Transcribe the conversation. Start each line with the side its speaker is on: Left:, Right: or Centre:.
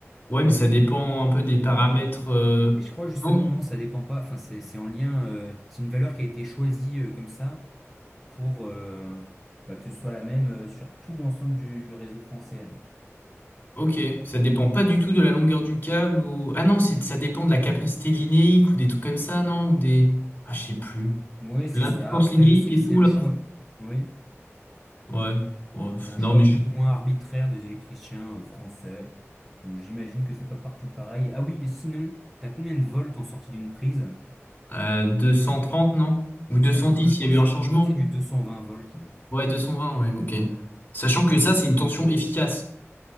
Left: Ouais, mais ça dépend un peu des paramètres. euh,
Centre: Et je crois justement,
Left: Non,
Centre: non, ça dépend pas, enfin c'est c'est en lien, euh, c'est une valeur qui a été choisie euh, comme ça pour euh, bah, que ce soit la même euh, sur tout l'ensemble du, du réseau français.
Left: ok. Ça dépend pas du tout de la longueur du câble ou. Ah non, c'est ça dépend de la capacité linéique ou des trucs comme ça, non? Ou des. Ah, je sais plus.
Centre: Oui, c'est
Left: L'impuissance
Centre: ça. Après,
Left: linéique
Centre: je sais
Left: et
Centre: que c'est
Left: tout,
Centre: un
Left: là.
Centre: choix, oui,
Left: Ouais. Ouais, pff,
Centre: c'est un
Left: Non,
Centre: choix
Left: mais je
Centre: plus
Left: suis.
Centre: ou moins arbitraire des électriciens euh, français. Euh, J'imagine que c'est pas partout pareil. Ah oui, et sinon, t'as combien de volts en sortie d'une prise?
Left: Euh, 230, non?
Centre: 220.
Left: Ou 210,
Centre: je crois
Left: il y
Centre: que
Left: a
Centre: c'est,
Left: eu un changement?
Centre: je crois que c'est du 220 volts.
Left: Ouais, 220, ouais, ok. Sachant que ça, c'est une tension efficace.